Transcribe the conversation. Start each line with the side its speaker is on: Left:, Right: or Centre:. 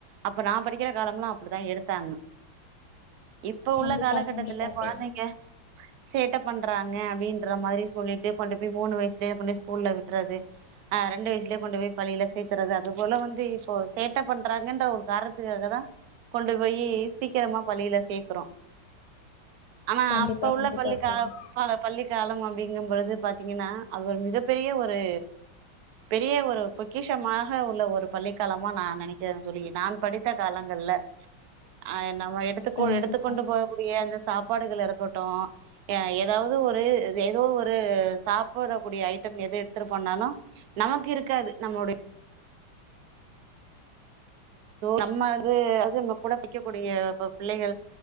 Right: அப்ப நா படிக்கிற காலம்லா அப்புடிதா எடுத்தாங்க இப்ப உள்ள
Left: கண்டிப்பா
Right: காலகட்டத்துல
Left: கண்டிப்பா
Right: கொழந்தைங்க
Left: தோழி
Right: சேட்ட பண்றாங்க அப்டின்ற மாரி சொல் சொல்லிட்டு கொண்டு போய் மூணு வயசுலயே கொண்டு போய் ஸ்கூல்ல விட்றது ஆ ரெண்டு வயசுலயே கொண்டு போய் பிள்ளில சேக்குறது அது போல வந்து இப்போ சேட்டை பண்றாங்கன்ற ஒரு காரணத்துக்காகதா கொண்டு போய் சீக்கிரமா பள்ளில சேக்குறோ ஆனா
Left: கண்டிப்பா
Right: அப்ப உள்ள
Left: கண்டிப்பா
Right: பள்ளிக்கால
Left: தோழி
Right: பள்ளிக்காலம் அப்டி ங்கும்பொழுது பாத்தீங்கன்னா அது ஒரு மிகப்பெரிய ஒரு பெரிய ஒரு பொக்கிஷமாக உள்ள ஒரு பள்ளிக்காலமா நா நெனைக்கிறேன் சொல்லி நான் படி த்த காலங்கள்ல அ நம்ம எடுத்துக்கோ
Left: கண்டிப்பா
Right: எடுத்துக்கொண்டு போ கூடிய அந்த சாப்பாடுகள் இருக்கட்டு ஏதாவது ஒரு ஏதோ ஒரு ரு சாப்பிடக்கூடிய ஐட்ட எது எடுத்று போனாலு நமக்கு இருக்காது நம்மளுடைய நம்ம அது அது நம்ம கூட படிக்கக்கூடிய பிள்ளைகள்